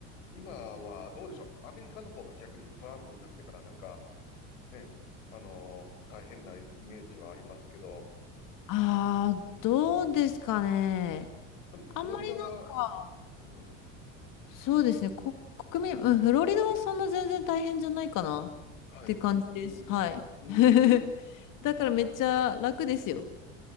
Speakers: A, on the left; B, on the left.
A: 今はどうでしょう。アメリカの方が逆にトランプになってからなんかね、あのー大変なイメージはありますけど、
B: ああ、どうですかね。
A: でもフロリダは、
B: あんまりなんか、
A: うん、
B: そうですね。こ、国民、うん、フロリダはそんな全然大変じゃないかな。
A: はい。
B: って感じです。
A: うん、
B: はい。
A: うー
B: <laughs>
A: ん。
B: だからめっちゃ楽ですよ。